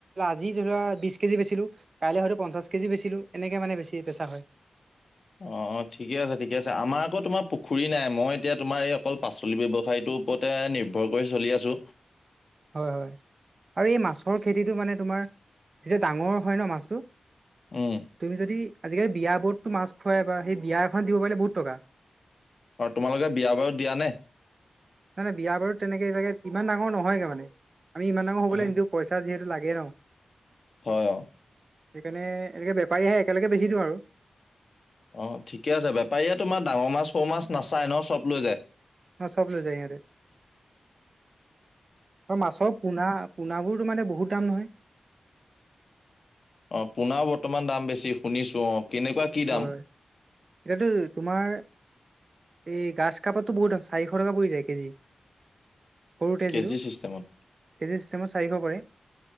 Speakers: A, on the right (about 50°); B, on the left (about 55°).
A: আজি ধৰি লোৱা বিশ কেজি বেচিলোঁ, কাইলৈ হয়টো পঞ্চাছ কেজি বেচিলোঁ, এনেকে মানে বেছি বেচা হয়।
B: অ', অ', ঠিকে আছে ঠিকে আছে আমাৰ আকৌ তোমাৰ পুখুৰী নাই মই এতিয়া তোমাৰ এই অকল পাচলি ব্যৱসায়টো ওপতে নিৰ্ভৰ কৰি চলি আছো।
A: হয়, হয়, আৰু এই মাছৰ খেতিটো মানে তোমাৰ যেতিয়া ডাঙৰ হয় ন মাছটো
B: উম,
A: তুমি যদি আজিকালি বিয়া বোৰতটো মাছ খুৱাই বা সেই বিয়া এখনত দিব পাৰিলে বহুত টকা।
B: আৰু তোমালোকে বিয়া বাৰু দিয়া নে?
A: নাই নাই বিয়া বাৰু তেনেকে এইবিলাক ইমান ডাঙৰ নহয়গে মানে, আমি ইমান ডাঙৰ হ'বলৈ
B: হয়
A: নিদিওঁ পইচা যিহেতু লাগে ন
B: হয়, অ',
A: সেইকাৰণে, এনেকে বেপাৰী আহে একেলগে বেছি দিওঁ আৰু।
B: অ', ঠিকে আছে বেপাৰীয়ে তোমাৰ ডাঙৰ মাছ, সৰু মাছ নাচায় ন, চব লৈ যায়।
A: অ', চব লৈ যায় সিঁহতি। অ', মাছৰ পোনা, পোনাবোৰতো মানে বহুত দাম নহয়।
B: অ', পুনা বৰ্তমান দাম বেছি শুনিছো অ, কেনেকুৱা কি
A: হয়
B: দাম?
A: এতিয়াতো তোমাৰ এই গাছ কাপতটো বহুত দাম চাৰিশ টকা পৰি যায় কেজি, সৰুকেজিটো
B: কেজি চিষ্টেমত
A: কেজি চিষ্টেমত চাৰিশ পৰে